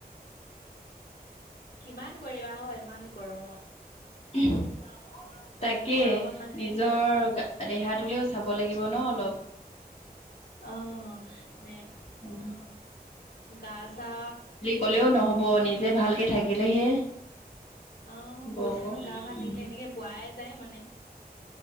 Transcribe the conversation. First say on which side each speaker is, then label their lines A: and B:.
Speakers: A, on the left (about 65°); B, on the left (about 40°).
A: কিমান কৰিবা হ' ইমান গৰমত।
B: <unintelligible> তাকে
A: গৰমত মানে
B: নিজৰ দেহাটোলেও চাব লাগিব ন' অলপ।
A: আহ, মানে
B: উম।
A: গা চা
B: ক'লেও নহব নিজে ভালকে থাকিলেহে
A: অ',
B: হ'ব
A: পইচা
B: আকৌ
A: নো গা ভাল থাকিলে
B: উম
A: এনেকে পোৱাই যায় মানে।